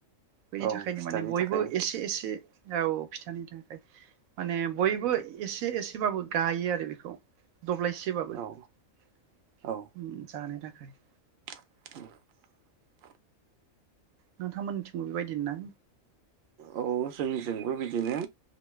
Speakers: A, on the right; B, on the right.
A: बेनि
B: औ
A: थाखायनो
B: फिथानि
A: माने बयबो
B: थाखाय
A: एसे एसे। औ फिथानि थाखाय माने बयबो एसे एसेबाबो गायो आरो बेखौ। दब्लायसेबाबो ओम
B: औ औ
A: जानो थाख <inaudible>
B: <inaudible>
A: नोंथांमोननिथिंबो बेबायदिनो ना?
B: औ जोंनिथिंबो बिदिनो